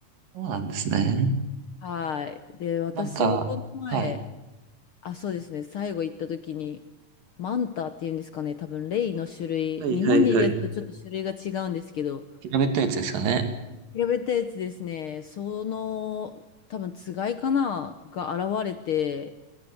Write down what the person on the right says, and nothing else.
そうなんですね。
なんか、はい。
はいはいはい。
調べったいやつですよね。